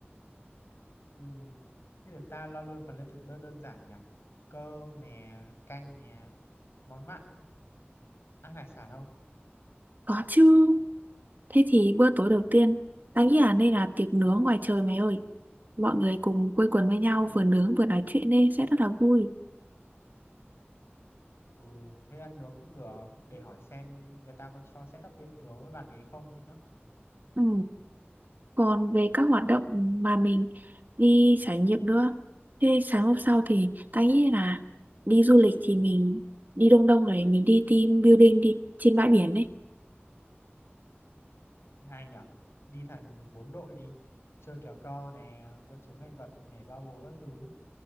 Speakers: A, on the left (about 80°); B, on the right (about 45°).
A: Ừm, thế để ta lo luôn phần lên thực đơn đơn giản nhở cơm nè canh nè món mặn ăn hải sản không
B: có chứ thế thì bữa tối đầu tiên tao nghĩ là nên là tiệc nướng ngoài trời mày ơi mọi người cùng quây quần với nhau
A: Ừm,
B: vừa nướng vừa nói chuyện đi sẽ rất là vui
A: ừ thế ăn nướng cũng được để hỏi xem người ta có cho set up bếp nướng với bàn ghế không nhá
B: Ừ. Còn về các hoạt động mà mình đi trải nghiệm nữa Thế sáng hôm sau thì ta nghĩ là đi du lịch thì mình đi Đông Đông này mình đi team building đi trên bãi biển đấy
A: hai nhở đi thành bốn đội đi chơi kéo co nè vượt chướng ngại vật nhảy bao bố các thứ